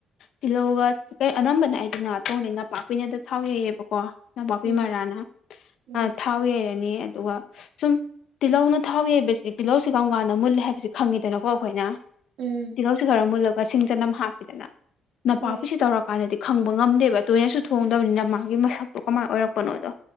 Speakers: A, on the left; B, on the right.
A: ꯇꯤꯜꯍꯧꯒ ꯑꯦ ꯑꯅꯝꯕꯅ ꯑꯩꯗꯤ ꯉꯥ ꯊꯣꯡꯉꯗꯤ ꯅꯥꯄꯥꯛꯄꯤꯅꯗ ꯊꯥꯎ ꯌꯩꯌꯦꯕꯀꯣ ꯅꯄꯥꯛꯄꯤ
B: ꯎꯝ
A: ꯃꯔꯥꯅ
B: ꯎꯝ
A: ꯑꯥ ꯊꯥꯎ ꯌꯩꯔꯅꯤ ꯑꯗꯨꯒ ꯁꯨꯝ ꯇꯤꯜꯍꯧꯅ ꯊꯥꯎ ꯌꯩꯕꯁꯤꯗꯤ ꯇꯤꯜꯍꯧꯁꯤ ꯀꯔꯝ ꯀꯥꯟꯗ ꯃꯨꯂꯦ ꯍꯥꯏ ꯈꯪꯉꯤꯗꯅꯀꯣ ꯑꯩꯈꯣꯏꯅ
B: ꯎꯝ
A: ꯇꯤꯜꯍꯧꯁꯤ ꯈꯔ ꯃꯨꯜꯂꯒ ꯁꯤꯡ ꯆꯅꯝ ꯍꯥꯞꯄꯤꯗꯅ ꯅꯄꯥꯛꯄꯤꯁꯤ
B: ꯍꯣꯏ
A: ꯇꯧꯔ ꯀꯥꯟꯗꯗꯤ ꯈꯪꯕ ꯉꯝꯗꯦꯕ ꯇꯣꯏꯅꯁꯨ ꯊꯣꯡꯗꯕꯅꯤꯅ ꯃꯥꯒꯤ ꯃꯁꯛꯇꯣ ꯀꯃꯥꯏꯅ ꯑꯣꯏꯔꯛꯄꯅꯣꯗꯣ